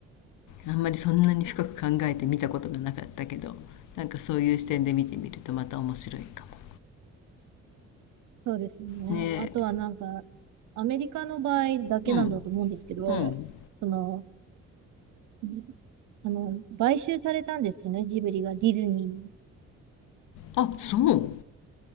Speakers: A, on the left (about 90°); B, on the right (about 75°).
A: あんまりそんなに深く考えて見たことがなかったけどなんかそういう視点で見てみるとまた面白いかも。
B: そうですね。
A: ねえ。
B: あとはなんか、アメリカの場合だけなんだと思うんですけど、
A: うん。うん。
B: その、じあの、買収されたんですよね、ジブリがディズニーに。
A: あ、そう。